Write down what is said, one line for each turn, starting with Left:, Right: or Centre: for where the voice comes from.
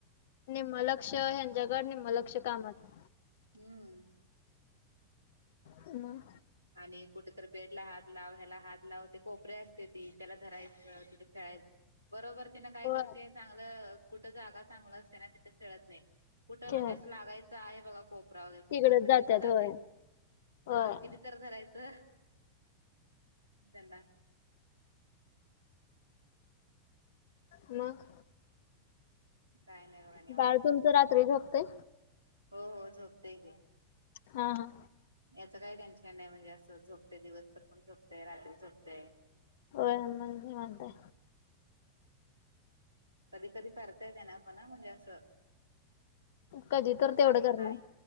Left: निम लक्ष हेंजगड निम लक्ष कामत
Right: हम्म
Left: म
Right: आणि कुठेतरी बेड ला हात लावयला हात ते कोपरे असते ती त्याला धरायचं तिथं खेळायचं बरोबर तिनं काय
Left: होय
Right: करते चांगलं कुठं जागा चांगलं असते ना तिथं खेळत नाही कुठं
Left: खेळात
Right: म्हणजे असं लागायचं आहे बघा कोपरा वगैरे कुठं
Left: तिकडच
Right: असत
Left: जात्यात
Right: तिथं जाते
Left: होय होय
Right: हा किती धरायचं त्यांना
Left: मग
Right: काय नाही बघा निवांत
Left: बाळ तुमच रात्री झपते
Right: हो हो झोपते घ
Left: हा हा
Right: याचं काही टेन्शन नाही म्हणजे असं झोपते दिवसभर पण झोपते रात्री झोपते
Left: हो मण म्हणताय
Right: कधी कधी करता येते ना आपण म्हणजे असं
Left: कधी तर
Right: पण
Left: तेवढं
Right: सारखं
Left: करण
Right: नाही